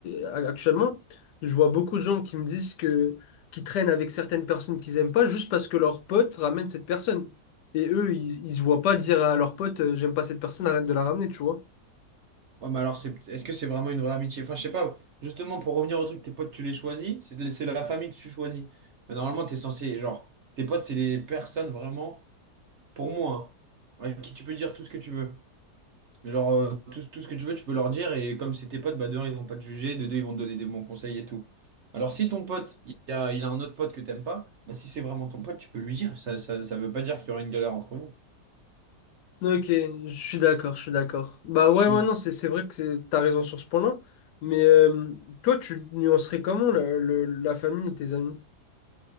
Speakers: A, on the left (about 80°); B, on the right (about 60°).
A: euh, actuellement, je vois beaucoup de gens qui me disent que qui traînent avec certaines personnes qu'ils aiment pas juste parce que leurs potes ramènent cette personne. Et eux, ils, ils se voient pas dire à leurs potes, euh, j'aime pas cette personne, arrête de la ramener, tu vois.
B: Ouais, mais alors, c'est, est-ce que c'est vraiment une vraie amitié? Enfin, je sais pas. Justement, pour revenir au truc, tes potes, tu les choisis. C'est de- c'est la famille que tu choisis. Mais normalement, t'es censé, genre, tes potes, c'est les personnes vraiment, pour moi, hein, avec qui tu peux dire tout ce que tu veux. Genre, euh, tout, tout ce que tu veux, tu peux leur dire. Et comme c'est tes potes, bah, de un, ils vont pas te juger. De deux, ils vont te donner des bons conseils et tout. Alors, si ton pote, il a, il a un autre pote que t'aimes pas, bah, si c'est vraiment ton pote, tu peux lui dire. Ça, ça, ça veut pas dire qu'il y aura une galère entre
A: Ok, je suis d'accord, je suis d'accord. Bah ouais,
B: vous.
A: ouais, non, c'est c'est vrai que c'est- t'as raison sur ce point-là, mais euh, toi, tu nuancerais comment le- le- la famille et tes amis?